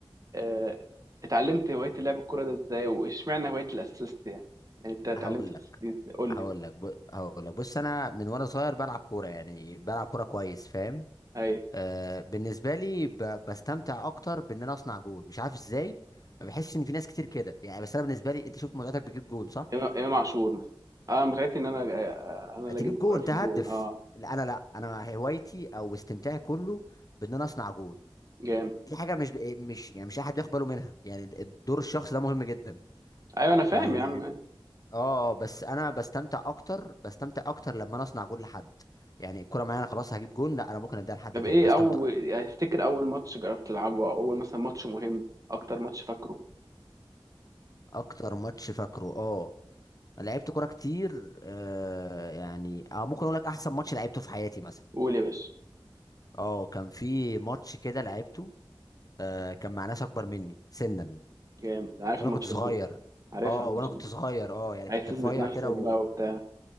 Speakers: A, on the right (about 40°); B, on the left (about 40°).
A: اه، اتعلمت هوايه لعب الكوره ده ازاي واشمعنى هوايه الاسيست يعني يعني انت اتعلمت
B: هقول
A: الاسيست
B: لك
A: قول
B: هقول
A: لي بقى
B: لك ب... هقول لك بص انا من وانا صغير بلعب كوره يعني بلعب كوره كويس فاهم
A: أيوه.
B: آه بالنسبه لي ب... بستمتع اكتر بان انا اصنع جول مش عارف ازاي ما بحسش ان في ناس كتير كده يعني بس انا بالنسبه لي انت شفت متعتك بتجيب جول صح
A: امام إمام عاشور مثلا اه متعتي ان انا آه، انا اللي
B: تجيب
A: اجيب الكرة
B: جون
A: في
B: تهدف
A: الجول اه
B: لا انا لا انا هوايتي او استمتاعي كله بان انا اصنع جون
A: جام
B: دي حاجه مش ب... إيه، مش يعني مش احد بياخد باله منها يعني دور الشخص ده مهم جدا
A: ايوه انا فاهم
B: يعني إن-
A: يا عم أيوة.
B: اه بس انا بستمتع اكتر بستمتع اكتر لما انا اصنع جون لحد يعني الكره معايا انا خلاص هجيب جون لا انا ممكن اديها لحد
A: طب
B: تاني
A: ايه
B: بستمتع
A: اول يعني تفتكر اول ماتش جربت تلعبه او اول مثلا ماتش مهم اكتر ماتش فاكره
B: اكتر ماتش فاكره اه انا لعبت كوره كتير آه يعني اه ممكن اقول لك احسن ماتش لعبته في حياتي مثلا
A: قول يا باشا
B: اه كان في ماتش كده لعبته آه كان مع ناس اكبر مني سنا
A: جامد أنا عارف
B: وانا
A: الماتشات
B: كنت صغير
A: دي عارفها
B: اه
A: الماتشات
B: وانا كنت
A: دي
B: صغير اه يعني
A: عايز
B: كنت
A: تثبت
B: رفيع
A: نفسك
B: كده و...
A: بقى وبتاع